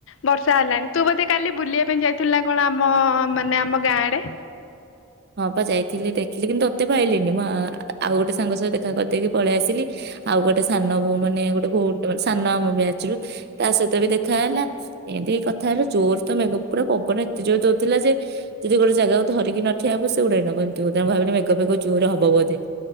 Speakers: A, on the left; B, on the right.
A: ବର୍ଷା ହେଲାନି, ତୁ ବୋଧେ କାଲି ବୁଲିବା ପାଇଁ ଯାଇଥିଲୁ ନା କଣ, ଆମ-ଅ ମାନେ ଆମ ଗାଁ ଆଡେ?
B: ହଁ, ବା ଯାଇଥିଲି। ଦେଖିଲି, କିନ୍ତୁ ତତେ ପାଇଲିନି। ମୁଁ ଆଁ, ଆଉ ଗୋଟେ ସାଙ୍ଗ ସହିତ କା କରିଦେଇକି ପଳେଇଆସିଲି ଆଉ ଗୋଟେ ସାନ ବୋଉ ମାନେ ଗୋଟେ ଭଉଣୀଟେ ମାନେ ସାନ ଆମ ବ୍ୟାଚରୁ ତା ସହିତ ବି ଦେଖା ହେଲା। ଏନ୍ତି କଥା ହେଲୁ ଜୋର ତ ମେଘ ପୁରା ପବନ ଏତେ ଜୋର ଦଉଥିଲା ଯେ ଯଦି ଗୋଟେ ଜାଗାକୁ ଧରିକି ନ ଠିଆ ହବୁ ସେ ଉଡେଇ ନବ ଏମତି ବୋଧେ ମୁଁ ଭାବିଲି ମେଘ ଫେଘ ଜୋରେ ହବ ବୋଧେ